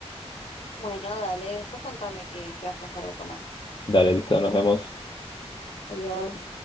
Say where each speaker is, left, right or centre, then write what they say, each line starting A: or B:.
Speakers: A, on the left (about 65°); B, on the left (about 45°).
A: Bueno, dale, después contame qué, qué vas a hacer de comer.
B: Dale, listo, nos vemos.
A: Adiós.